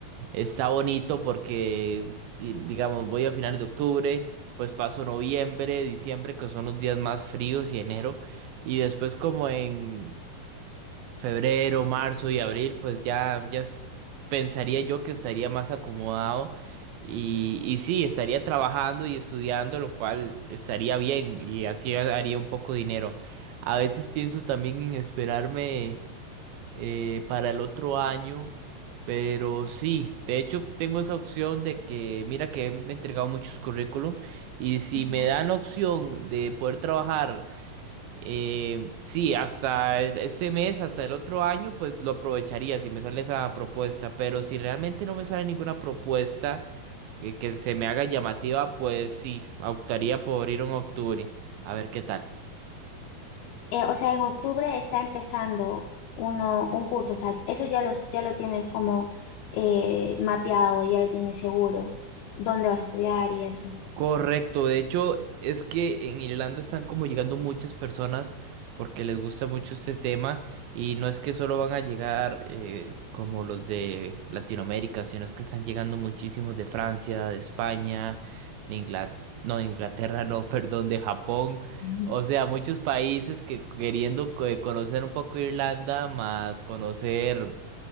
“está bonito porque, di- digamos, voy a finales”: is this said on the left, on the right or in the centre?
Right